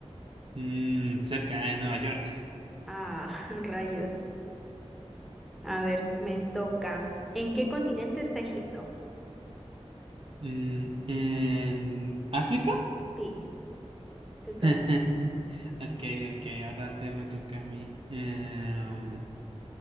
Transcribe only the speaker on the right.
Mm, cerca de Nueva York.
Mm, ¿en África?
<laughs> Ok, ok, ahora te me toca a mí. Em,